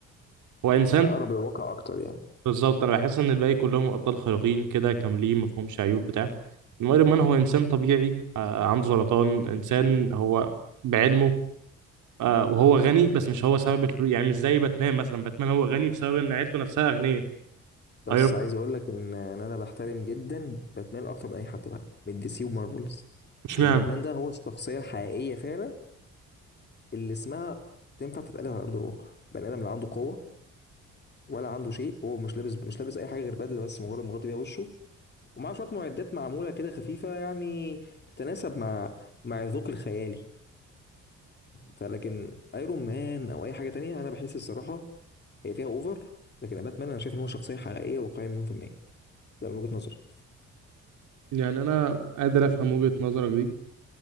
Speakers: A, on the right; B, on the left.
A: هو انسان
B: اقرب الواقع اكتر يعني
A: بالظبط انا بحس ان الباقي كلهم ابطال خارقين كده كاملين ما فيهمش عيوب بتاع إنما ايرون مان هو انسان طبيعي آه عنده سرطان انسان هو بعلمه آه وهو غني بس مش هو سبب الفلوس يعني مش زي باتمان مثلا باتمان هو غني بسبب ان عيلته نفسها اغنياء
B: بس
A: ايوه
B: عايز اقول لك ان ان انا بحترم جدا باتمان اكتر من اي حد بقى من دي سي ومارفلز
A: مش
B: لان
A: معنى
B: باتمان ده هو الشخصيه الحقيقيه فعلا اللي اسمها تنفع تتقال على ارض الواقع بني ادم لا عنده قوه ولا عنده شيء هو مش لابس مش لابس اي حاجه غير بدله بس مجرد مغطي بيها وشه ومعاه شويه معدات معموله كده خفيفه يعني تتناسب مع مع الذوق الخيالي فلكن ايرون مان او اي حاجه تانية انا بحس الصراحه هي فيها اوفر لكن باتمان انا شايف ان هو شخصيه حقيقيه واقعيه مليون في الميه ده من وجهه نظري
A: يعني انا قادر افهم وجهة نظرك دي